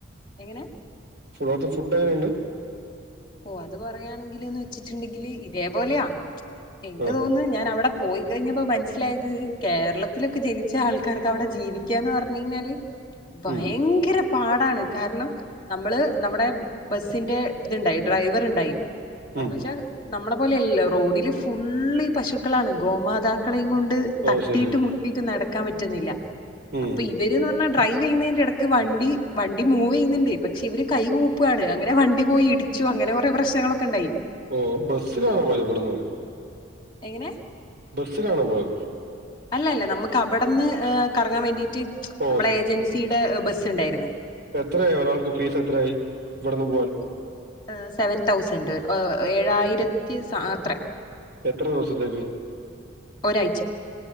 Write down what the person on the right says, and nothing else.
<unintelligible> ഫുഡ്ഡെങ്ങനേണ്ട്?
ആ
ഉം
ഉം
ഓ
ശരി
ഉം
ഓ ബസ്സ്ലാണോ പോയതിവ്ട്ന്ന്?
ബസ്സിലാണോ പോയത്.
ഓ
എത്രയി ഒരാൾക്ക് ഫീസെത്രയായി ഇവട്ന്ന് പോവാൻ?
എത്ര ദിവസത്തേക്ക്?